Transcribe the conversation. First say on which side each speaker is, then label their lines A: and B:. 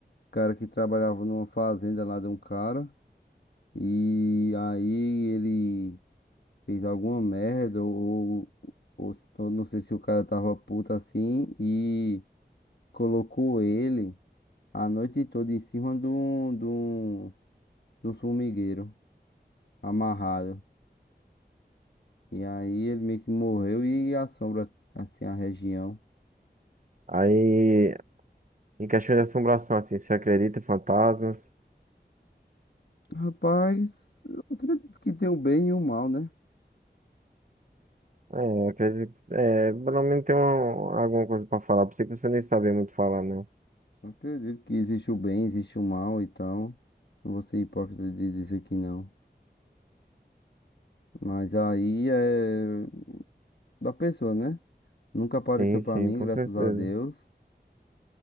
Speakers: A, on the left (about 70°); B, on the right (about 45°).
A: cara que trabalhava numa fazenda lá de um cara. E aí ele fez alguma merda, ou, ou, ou não sei se o cara tava puto assim, e colocou ele a noite toda em cima de um, de um, de um formigueiro, amarrado. E aí ele meio que morreu e assombra assim a região.
B: Aí, em questão de assombração, assim, você acredita em fantasmas?
A: Rapaz, eu acredito que tem o bem e o mal, né?
B: É, acredito. É, pelo menos tem uma, alguma coisa pra falar. Pensei que você nem sabia muito falar, não.
A: Eu acredito que existe o bem, existe o mal e tal. Não vou ser hipócrita de dizer que não. Mas aí é da pessoa, né? Nunca apareceu
B: Sim,
A: pra
B: sim,
A: mim,
B: com
A: graças
B: certeza.
A: a Deus.